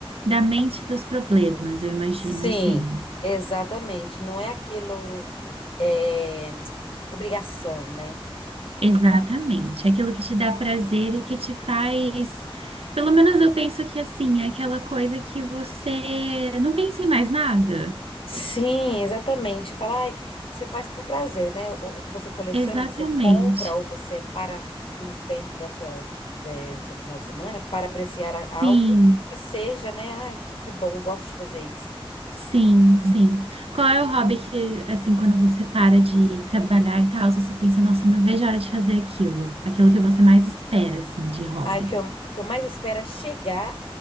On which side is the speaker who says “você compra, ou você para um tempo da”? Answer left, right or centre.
Left